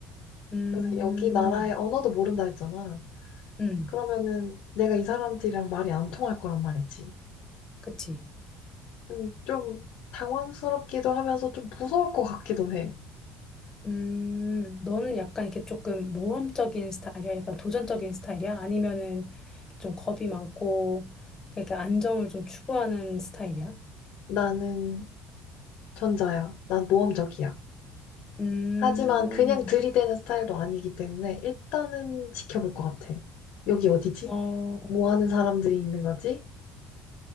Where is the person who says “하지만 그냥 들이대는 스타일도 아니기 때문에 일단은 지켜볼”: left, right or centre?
Left